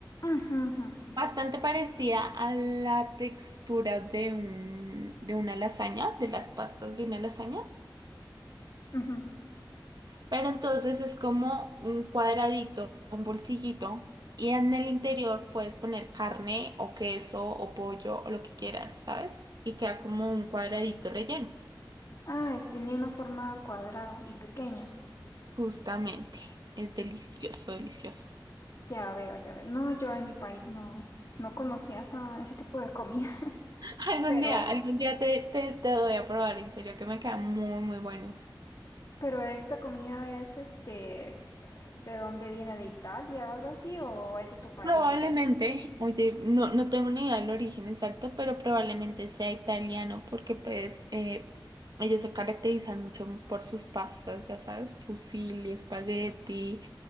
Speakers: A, on the left; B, on the right.
A: Ujú, ujú,
B: Bastante parecida a la textura de un, de una lasaña, de las pastas de una lasaña.
A: ujú.
B: Pero entonces es como un cuadradito, un bolsillito, y en el interior puedes poner carne o queso o pollo o lo que quieras, ¿sabes? Y queda como un cuadradito relleno.
A: Ah, es, tiene una forma cuadrada y pequeña.
B: Justamente. Es delicioso, delicioso.
A: Ya veo, ya veo. No, yo en mi país no, no conocía esa, ese tipo de comida, <laughs>
B: <laughs> Algún
A: pero,
B: día, algún día te, te, te doy a probar, en serio, que me quedan muy, muy buenos.
A: pero esta comida es este ¿De dónde viene? ¿De Italia o algo así? ¿O es de tu país
B: Probablemente,
A: típica?
B: oye, no, no tengo ni idea del origen exacto, pero probablemente sea italiano porque pues eh, ellos se caracterizan mucho por sus pastas, ya sabes, fusilli, espagueti,